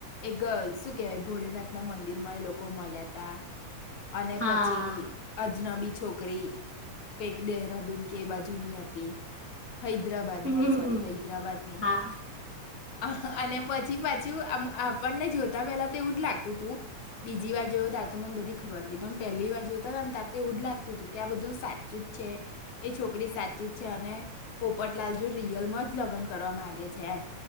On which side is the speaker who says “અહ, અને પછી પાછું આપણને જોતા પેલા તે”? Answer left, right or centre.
Left